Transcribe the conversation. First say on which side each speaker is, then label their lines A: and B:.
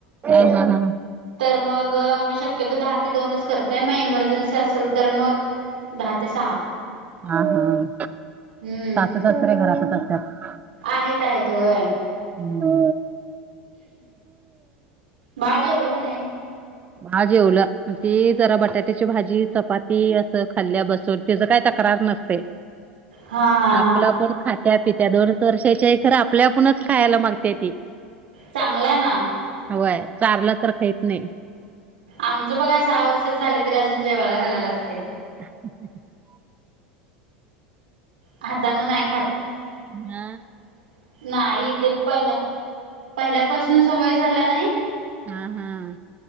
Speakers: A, on the right; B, on the right.
A: ह ह ह.
B: तर मग आम्ही शक्यतो दहा ते दोनच करतेय मग इमर्जन्सी असेल तर मग दहा ते सहा
A: हा हा
B: हम्म
A: सासू सासरे घरातच असत्याात.
B: आहेत आहेत होय.
A: नो
B: बाळं जेवलं कां नाहीं
A: बाळं जेवलं ती जरा बटाट्यांची भांजी चपांती असं खाल्ल्यां बसूंन त्यांचं कायं तक्रांर नसंते
B: हा हा
A: आपलं
B: हा
A: पणं ख त्यां पित्यां दोनचं वर्षाच्यां खरं आपल्यांपणचं खांयला मांगते ती
B: चांगलंय ना.
A: व्हंय चांरल तरं खांत नाहीं
B: आमचं बघां सहा वर्षांचं झालं तरी अजूंन जेवांला घालावं लागते
A: ् <unintelligible>
B: हातानं नाहीं खातं
A: ह
B: नाहीं ते पहिलं पहिल्यांपासूंन सवंय झाल्यां नाहीं
A: हं हं